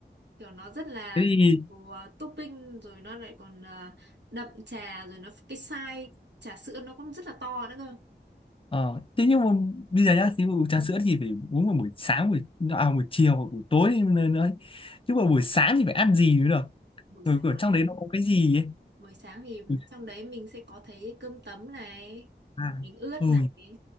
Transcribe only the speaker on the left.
thế thì
ờ, thế nhưng mà bây giờ nhá
thì uống trà sữa thì phải uống vào buổi sáng buổi à, buổi chiều hoặc buổi tối nữa nữa chứ mà buổi sáng thì phải ăn gì nữa được
rồi ở trong
đấy nó có cái gì ấy
Ui,
à
ừ